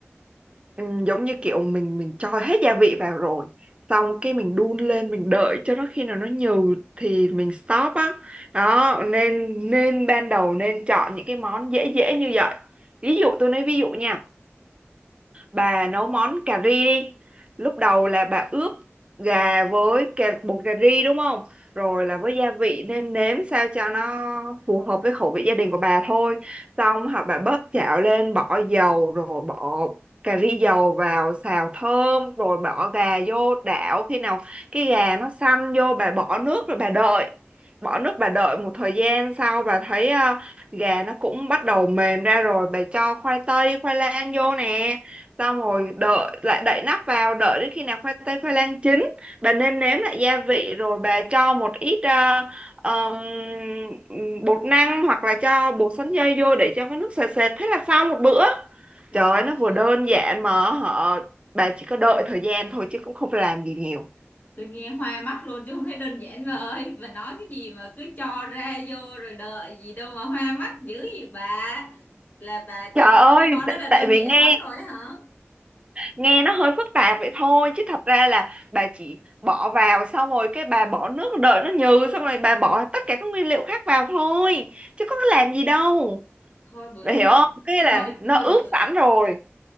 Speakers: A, on the right; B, on the left.
A: Ừ, giống như kiểu mình mình cho hết gia vị vào rồi xong cái mình đun lên mình đợi cho nó khi nào nó nhừ thì mình stop á đó nên nên ban đầu nên chọn những cái món dễ dễ như vậy ví dụ tôi nói ví dụ nha bà nấu món cà ri đi lúc đầu là bà ướp gà với cà, bột cà ri đúng không rồi là với gia vị nêm nếm sao cho nó phù hợp với khẩu vị gia đình của bà thôi xong hoặc bà bớt chảo lên bỏ dầu rồi bỏ cà ri dầu vào xào thơm rồi bỏ gà vô đảo khi nào cái gà nó săn vô bà bỏ nước rồi bà đợi bỏ nước bà đợi một thời gian sau bà thấy ờ, gà nó cũng bắt đầu mềm ra rồi bà cho khoai tây khoai lang vô nè xong rồi đợi lại đậy nắp vào đợi đến khi nào khoai tây khoai lang chín bà nêm nếm lại gia vị rồi bà cho một ít ờ, ờm, bột năng hoặc là cho bột sắn dây vô để cho cái nước sệt sệt thế là xong một bữa
B: trời
A: trời ơi,
B: ơi
A: nó vừa đơn giản mà họ bà chỉ có đợi thời gian thôi chứ cũng không phải làm gì nhiều
B: tôi nghe hoa mắt luôn chứ không thấy đơn giản bà ơi bà nói cái gì mà cứ cho ra vô rồi đợi gì đâu mà hoa mắt dữ gì bà là bà chỉ
A: trời
B: cho
A: ơi
B: tôi cái món
A: t-
B: đó là đơn
A: tại vì
B: giản
A: nghe
B: lắm rồi á hả
A: nghe nó hơi phức tạp vậy thôi chứ thật ra là bà chỉ bỏ vào xong rồi cái bà bỏ nước đợi nó nhừ xong rồi bà bỏ tất cả các nguyên liệu khác vào thôi chứ có cái làm gì đâu
B: thôi bữa
A: bà
B: nào
A: hiểu không cái là
B: thôi
A: nó
B: thôi
A: ướp
B: bữa
A: sẵn rồi